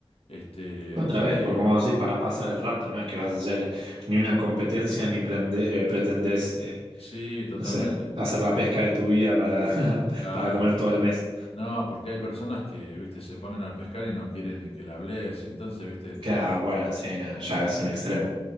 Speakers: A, on the left; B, on the right.
A: Este,
B: Otra
A: ya
B: vez,
A: te
B: porque
A: digo,
B: como decir, para pasar el rato, no es que vas a hacer ni una competencia ni prende- eh, pretendés, eh,
A: sí, totalmente.
B: no sé, hacer la pesca
A: Por-
B: de tu vida para, <laughs>
A: Claro.
B: para comer todo el mes.
A: No, porque hay personas que, viste, se ponen a pescar y no quieren ni que le hables, y entonces, viste, nada.
B: Ya, bueno, sí, no, ya es un extremo.